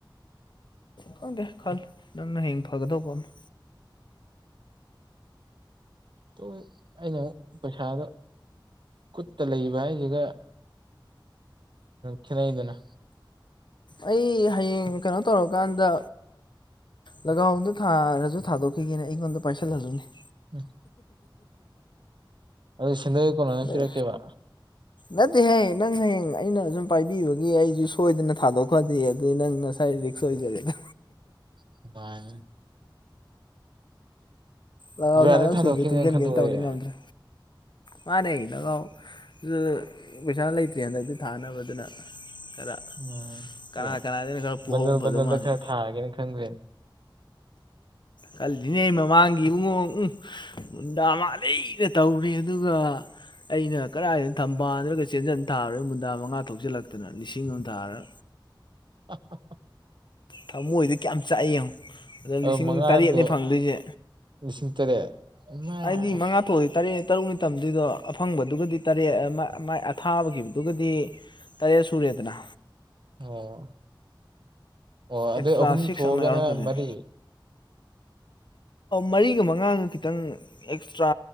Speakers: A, on the left (about 65°); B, on the right (about 65°).
A: ꯈꯪꯗꯦ ꯈꯜꯂꯨ ꯅꯪꯅ ꯍꯌꯦꯡ ꯐꯒꯗꯧꯕ ꯑꯃ
B: ꯇꯧꯕꯕꯨꯗꯤ ꯑꯩꯅ ꯑꯃꯨꯛ ꯄꯩꯁꯥꯗ ꯈꯨꯨꯠꯇ ꯂꯩꯕ ꯍꯥꯏꯁꯤꯒ ꯈꯦꯠꯅꯩꯗꯅ
A: ꯑꯩ ꯍꯌꯦꯡ ꯀꯩꯅꯣ ꯇꯧꯔꯀꯥꯟꯗ ꯂꯥꯒꯥꯗ ꯊꯥꯔꯁꯨ ꯊꯥꯗꯣꯛꯈꯤꯒꯦꯅꯦ ꯑꯩꯉꯣꯟꯗ ꯄꯥꯏꯁꯤꯜꯍꯜꯂꯨꯅꯦ ꯍꯤ
B: ꯎꯝ ꯑꯗꯨ ꯁꯦꯟꯗꯣꯏ ꯀꯣꯟꯅꯅ
A: ꯍꯤ
B: ꯄꯤꯔꯛꯀꯦꯕ
A: ꯅꯠꯇꯦꯍꯦ ꯅꯪ ꯍꯌꯦꯡ ꯑꯩꯅ ꯁꯨꯝ ꯄꯥꯏꯕꯤꯕꯒꯤ ꯑꯩꯁꯨ ꯁꯣꯏꯗꯅ ꯊꯥꯗꯣꯛ ꯈꯣꯗꯤ ꯑꯗꯨꯗꯤ ꯅꯪ ꯅꯁꯥꯏ ꯔꯤꯛꯁ ꯑꯣꯏꯖꯔꯦꯗ
B: <unintelligible>
A: ꯂꯒꯥꯎ
B: ꯖꯨꯂꯥꯏꯗ
A: ꯊꯥꯅꯕ
B: ꯊꯥꯗꯣꯛꯈꯤꯅꯦꯅ
A: ꯁꯦꯟ ꯈꯤꯇ ꯇꯨꯡꯁꯤꯟꯒꯦ
B: ꯈꯟꯗꯣꯛꯑꯦ
A: ꯇꯧꯅꯤ ꯉꯝꯗ꯭ꯔꯦ ꯃꯥꯅꯦ ꯂꯒꯥꯎ ꯑꯗꯨ ꯄꯩꯁꯥ ꯂꯩꯇ꯭ꯔꯦ ꯍꯟꯗꯛꯇꯤ ꯊꯥꯅꯕ ꯑꯗꯨꯅ ꯈꯔ
B: ꯎꯝ
A: ꯀꯅꯥ
B: ꯌꯥ
A: ꯀꯅꯥꯗꯅ ꯈꯔ ꯄꯨꯍꯧ
B: ꯕꯟꯗꯜ
A: ꯐꯗꯧ
B: ꯕꯟꯗꯜꯗ
A: ꯃꯥꯟꯕ
B: ꯈꯔ ꯊꯥꯔꯒꯦꯅ ꯈꯟꯈ꯭ꯔꯦꯅꯦ
A: ꯈꯜꯂꯤꯅꯤꯅꯦ ꯃꯃꯥꯡꯒꯤ ꯏꯕꯨꯡꯉꯣ ꯎꯡ ꯃꯨꯟꯗꯥ ꯃꯥꯜꯂꯤꯗ ꯇꯧꯔꯤ ꯑꯗꯨꯒ ꯑꯩꯅ ꯀꯗꯥꯏꯗ ꯊꯝꯕꯥꯜꯗꯒ ꯆꯦꯟꯖꯟ ꯊꯥꯔꯨꯔꯦ ꯃꯨꯟꯗꯥ ꯃꯉꯥ ꯊꯣꯛꯆꯜꯂꯛꯇꯅ ꯂꯤꯁꯤꯡ ꯑꯃ ꯊꯥꯔꯒ
B: ꯍꯥ ꯍꯥ
A: ꯊꯃꯣꯏꯗꯤ ꯀꯌꯥꯝ ꯆꯥꯛꯑꯦ ꯌꯦꯡꯉꯣ ꯑꯗ
B: ꯑꯗꯣ
A: ꯂꯤꯁꯤꯡ
B: ꯃꯉꯥꯗꯣ
A: ꯇꯔꯦꯠꯅꯤ ꯐꯪꯗꯣꯏꯁꯦ
B: ꯂꯤꯁꯤꯡ ꯇꯔꯦꯠ ꯏꯃꯥꯏ
A: ꯍꯥꯏꯗꯤ ꯃꯉꯥ ꯊꯣꯛꯑꯗꯤ ꯇꯔꯦꯠ ꯇꯔꯨꯛꯅꯤ ꯇꯝꯗꯨꯏꯗꯣ ꯑꯐꯪꯕꯗꯨꯒꯗꯤ ꯇꯔꯦꯠ ꯃꯥ ꯃꯥꯏ ꯑꯊꯥꯕꯒꯤꯗꯨꯒꯗꯤ ꯇꯔꯦꯠ ꯁꯨꯔꯦꯗꯅ
B: ꯑꯣ ꯑꯣ
A: ꯑꯦꯛꯁꯇ꯭ꯔꯥ
B: ꯑꯗꯩ ꯑꯍꯨꯝ
A: ꯁꯤꯛꯁ
B: ꯊꯣꯛꯑꯒꯅ
A: ꯑꯃ ꯌꯥꯎꯔꯛꯀꯗꯣꯏꯅꯤ
B: ꯃꯔꯤ
A: ꯃꯔꯤꯒ ꯃꯉꯥꯒ ꯈꯤꯇꯪ ꯑꯦꯛꯁꯇ꯭ꯔꯥ